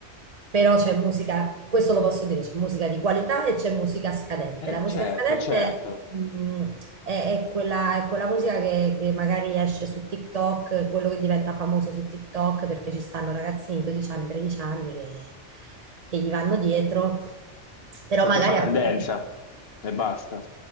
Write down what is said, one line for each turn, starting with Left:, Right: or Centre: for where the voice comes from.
Right: però c'è musica, questo lo posso dire, c'è musica di qualità e c'è musica scadente.
Left: Eh,
Right: La musica
Left: certo,
Right: scadente
Left: certo,
Right: mm, è, è quella, è quella musica che, che magari esce su TikTok, quello che diventa famoso su TikTok perché ci stanno ragazzini di 12 anni, 13 anni che, che gli vanno dietro, però
Left: perché
Right: magari...
Left: fa tendenza
Right: ha- preso
Left: e basta.